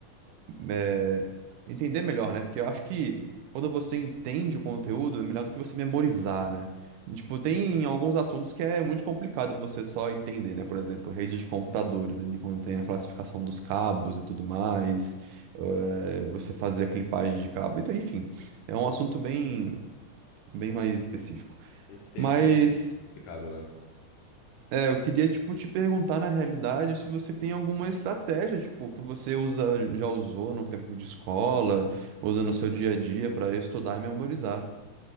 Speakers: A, on the right; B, on the left.
A: é, entender melhor, né? Porque eu acho que quando você entende o conteúdo, é melhor do que você memorizar, né? Tipo, tem alguns assuntos que é muito complicado você só entender, né? Por exemplo, redes de computadores, ali quando tem a classificação dos cabos e tudo mais, eh, você fazer a clipagem de cabo, então, enfim, é um assunto bem, bem mais específico.
B: extenso
A: Mas.
B: e complicado, né?
A: É, eu queria, tipo, te perguntar, na realidade, se você tem alguma estratégia, tipo, que você usa, já usou no tempo de escola, usa no seu dia a dia para estudar e memorizar.